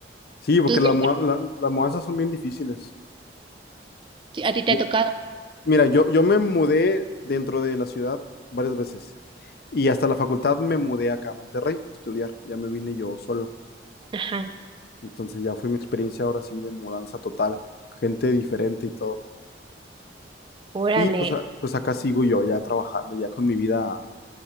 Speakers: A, on the left; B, on the right.
A: Sí, porque
B: Tú siempre,
A: la mua- la- las mudanzas son bien difíciles.
B: a ti te
A: Yo-
B: ha tocado.
A: mira, yo, yo me mudé dentro de la ciudad varias veces y hasta la facultad me mudé acá a Monterrey a estudiar. Ya me vine yo solo.
B: Ajá.
A: Entonces ya fue mi experiencia ahora sí de mudanza total, gente diferente y todo.
B: Órale,
A: Y pues, a- pues acá sigo yo ya trabajando, ya con mi vida